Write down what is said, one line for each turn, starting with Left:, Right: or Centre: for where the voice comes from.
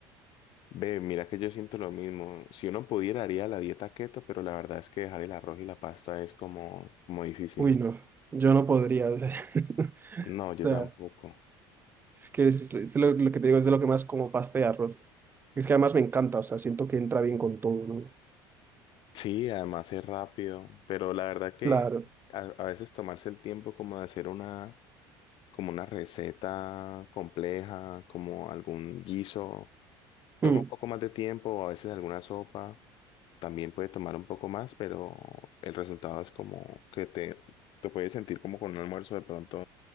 Left: Ve, mira que yo siento lo mismo. Si uno pudiera, haría la dieta keto, pero la verdad es que dejar el arroz y la pasta es como, como difícil,
Right: Uy,
Left: ¿no?
Right: no, yo no podría. <laughs>
Left: No,
Right: O
Left: yo
Right: sea,
Left: tampoco.
Right: es que es, es lo, lo que te digo es de lo que más como pasta y arroz. Es que además me encanta, o sea, siento que entra bien con todo, ¿no?
Left: Sí, además es rápido, pero la verdad que
Right: Claro.
Left: a, a veces tomarse el tiempo como de hacer una, como una receta compleja, como algún guiso, toma
Right: Mm,
Left: un poco más de tiempo, o a veces alguna sopa. También puede tomar un poco más, pero el resultado es como que te, te puedes sentir como con un almuerzo de pronto